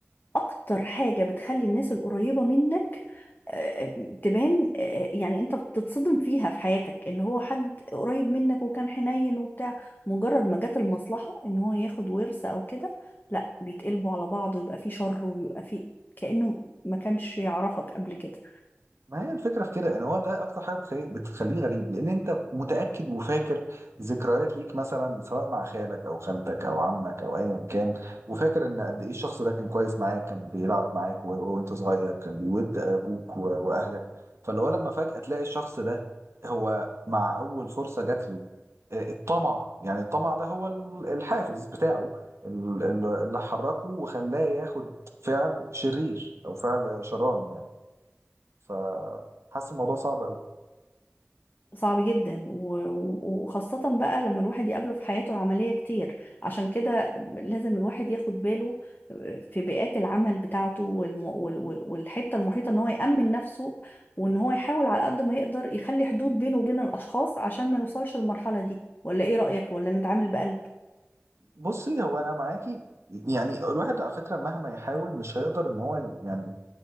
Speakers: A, on the left (about 40°); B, on the right (about 70°).
A: اكتر حاجة بتخلي الناس القريبة منك آه، تبان آه، يعني انت بتتصدم فيها في حياتك ان هو حد قريب منك وكان حنين وبتاع مجرد ما جت المصلحة ان هو ياخد ورث او كده لا بيتقلبوا على بعض ويبقى فيه شر ويبقى فيه كأنه ما كانش يعرفك قبل كده
B: ما هي الفكرة في كده ان هو ده اكتر حاجة بتخليه, بتخليه غريب لان انت متأكد وفاكر ذكريات ليك مثلا سواء مع خالك او خالتك او عمك او ايا كان وفاكر ان قد ايه الشخص ده كان كويس معاك كان بيلعب معاك وهو وهو انت صغير كان بيود ابوك و- واهلك فاللي هو لما فجأة تلاقي الشخص ده هو مع اول فرصة جات له آه، الطمع يعني الطمع ده هو ال- الحافز بتاعه ال- ال- اللي حركه وخلاه ياخد فعل شرير او فعل شراني يعني فحاسس الموضوع صعب قوي
A: صعب جدا و- و- وخاصة بقى لما الواحد يقابله في حياته العملية كتير عشان كده لازم الواحد ياخد باله آه، في بيئات العمل بتاعته والم- وال- وال- والحتة المحيطة ان هو يأمن نفسه وان هو يحاول على قد ما يقدر يخلي حدود بينه وبين الأشخاص عشان ما يوصلش المرحلة دي ولا ايه رأيك ولا نتعامل بقلب
B: بصي هو انا معاكي يعني الواحد على فكره مهما يحاول مش هيقدر ان هو يعني